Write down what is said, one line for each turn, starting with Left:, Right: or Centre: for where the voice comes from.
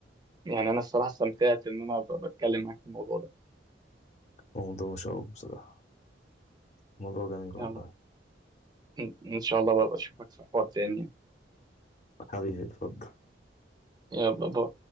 Right: يعني أنا الصراحة استمتعت إن أنا ب- بتكلم معاك في الموضوع ده
Left: هو موضوع مشوق بصراحة موضوع جميل
Right: يلا
Left: والله
Right: إن إن شاء الله بقى أشوفك في حوار تاني
Left: حبيبي اتفضل
Right: يلا باي